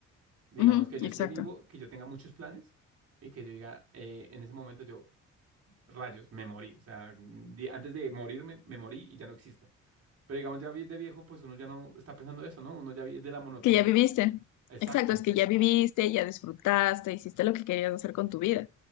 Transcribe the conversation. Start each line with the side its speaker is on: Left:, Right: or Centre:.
Right: Digamos
Left: Ujú,
Right: que yo
Left: exacto.
Right: esté vivo, que yo tenga muchos planes y que yo diga, eh, en ese momento yo, rayos, me morí. O sea, mm, di- antes de morirme, me morí y ya no exista. Pero digamos, ya vi- de viejo, pues uno ya no está pensando eso, ¿no? Uno ya vive de la monotonía.
Left: Que ya viviste.
Right: Exacto.
Left: Exacto, es que ya viviste, ya disfrutaste, hiciste lo que querías hacer con tu vida.